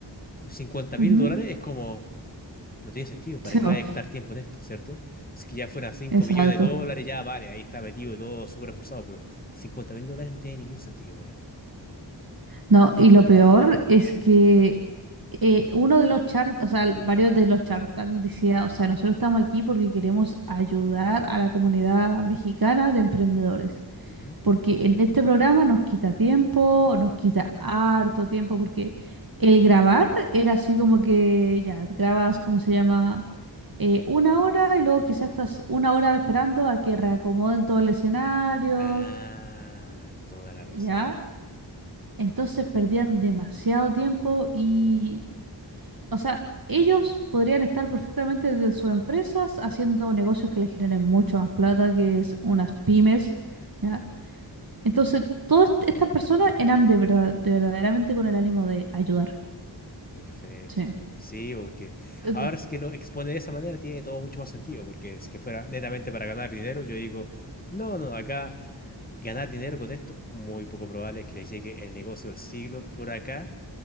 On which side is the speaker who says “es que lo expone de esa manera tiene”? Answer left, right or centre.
Left